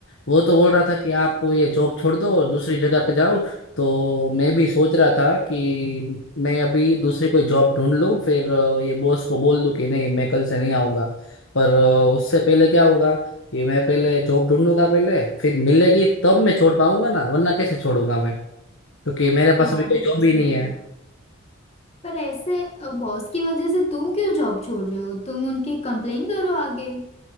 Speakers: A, on the left (about 60°); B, on the left (about 30°).
A: वो तो बोल रहा था कि आप ये जॉब छोड़ दो और दूसरी जगह पे जाओ तो मैं भी सोच रहा था कि मैं अभी दूसरी कोई जॉब ढूंढ लूँ फिर अ, ये बॉस को बोल दूँ कि नहीं मैं कल से नहीं आऊँगा पर अ, उससे पहले क्या होगा कि मैं पहले जॉब ढूंढूंगा पहले फिर मिलेगी तब मैं छोड़ पाऊंगा ना वरना कैसे छोड़ूंगा मैं क्योंकि मेरे पास
B: हाँ
A: अभी कोई
B: वो तो
A: जॉब
B: सही
A: ही नहीं है
B: है पर ऐसे बॉस की वजह से तुम क्यों जॉब छोड़ रहे हो तुम उनकी कंप्लेन करो आगे